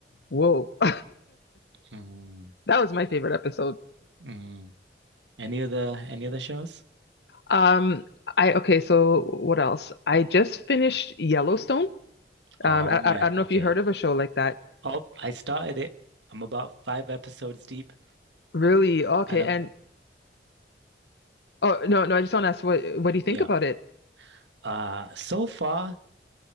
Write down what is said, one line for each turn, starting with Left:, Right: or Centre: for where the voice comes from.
Left: whoa. <laughs>
Right: mm,
Left: That was my favorite episode.
Right: mm. Any other any other shows?
Left: Um, I okay. So what else? I just finished Yellowstone.
Right: Oh
Left: Um, I,
Right: man,
Left: I I don't
Right: okay.
Left: know if you heard of a show like that.
Right: Oh, I started it. I'm about five episodes deep
Left: Really? Okay.
Right: and I'm
Left: And oh no no, I just want to ask what what do you think
Right: yeah.
Left: about it?
Right: Uh so far